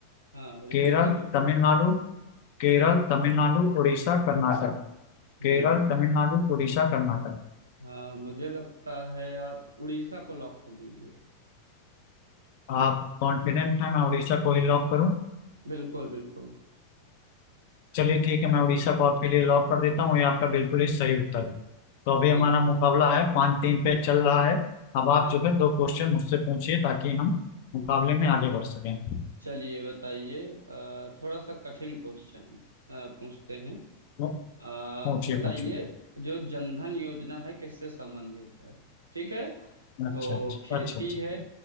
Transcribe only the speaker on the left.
केरल
तमिलनाडु केरल तमिलनाडु उड़ीसा कर्नाटक
केरल तमिलनाडु उड़ीसा कर्नाटक
आप कॉन्फिडेंट हैं मैं उड़ीसा को ही लॉक करूं
चलिए ठीक है मैं उड़ीसा को आपके लिए लॉक कर देता हूं ये आपका बिल्कुल ही सही उत्तर है तो अभी
हमारा
मुकाबला है पाँच तीन पे चल रहा है अब
आप जो है दो क्वेश्चन मुझसे पूछिए ताकि हम मुकाबले
में आगे
बढ़ सकें
तो
पूछिए
पूछिए
अच्छा
अच्छा
अच्छा अच्छा